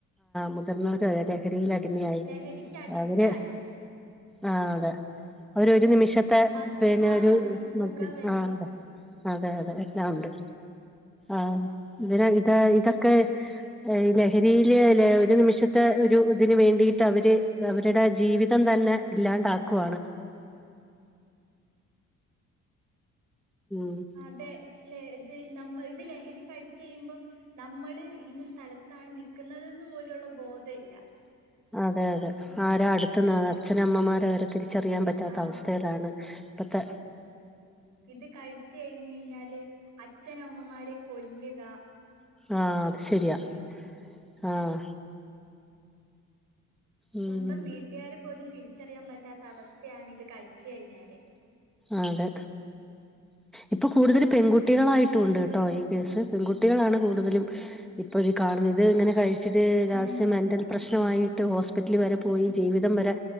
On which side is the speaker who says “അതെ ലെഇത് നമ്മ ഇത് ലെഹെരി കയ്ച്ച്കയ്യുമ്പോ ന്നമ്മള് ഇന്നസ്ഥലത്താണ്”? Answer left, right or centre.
Right